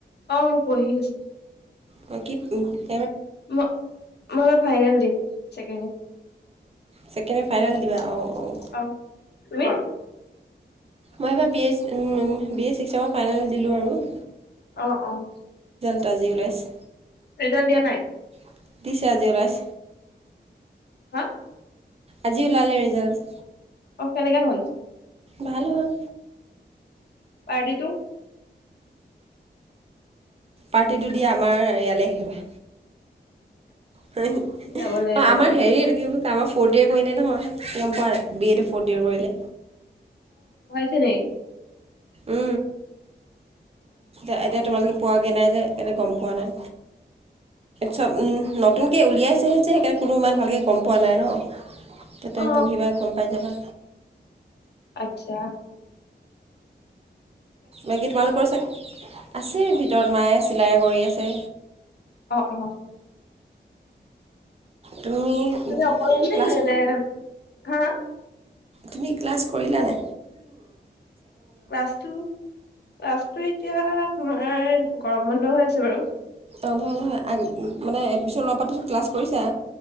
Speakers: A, on the left; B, on the right.
A: অ', মই পঢ়ি আছো।
B: বাকী পঢ়
A: ম-মই ফাইনেল দিম। চেকেণ্ড ইয়ে <unintelligible>
B: ছেকেণ্ড ইয়েৰ ফাইনেল দিবা অঁ অঁ মই এইবাৰ B A um B A six চেমৰ ফাইনেল দিলোঁ আৰু।
A: অ', অ'।
B: তাত যে ওলাইছে?
A: ৰিজাল্ট দিয়া নাই?
B: <unintelligible>
A: হা?
B: আজি ওলালে ৰিজাল্ট।
A: কেনেকে হ'ল?
B: ভাল হ'ল।
A: পাৰ্টিটো।
B: পাৰ্টিটো দিয়া, আমাৰ ইয়ালৈ আহিবা। হয় নিকি?
A: যাব
B: অ',
A: লাগিব
B: আমাৰ
A: যাব
B: হেৰি,
A: লাগিব
B: এইটো কি কয় আমাৰ ফৰ্থ ইয়েৰ কৰিলে নহয় গম পোৱা নাই? বি এ টো। <unintelligible> কৰিলে
A: কি ৰে।
B: উ। এ-এতিয়া তোমালোক পোৱাগৈ নাই যে এনে গম পোৱা নাই চব নতুনকে উলিয়াইছেহে যে সেইকাৰণে কোনো ইমান ভালকৈ গম পোৱা নাই ন ত তুমি
A: অ
B: পঢ়িবা গম পাই যাবা
A: আচ্ছা
B: বাকী তোমালোকৰ আছে ভিতৰত মায়ে চিলাই কৰি আছে
A: অ অ
B: তুমি
A: তুমি অকলে নে
B: ক্লাছ
A: এনে হা
B: তুমি ক্লাছ কৰিলানে
A: ক্লাছটো ক্লাছটো এতিয়া আমাৰ গৰম বন্ধ হৈ আছে বাৰু
B: অঁ নহয় নহয় মানে এডমিশ্যন লোৱাৰ পৰা ক্লাছ কৰিছে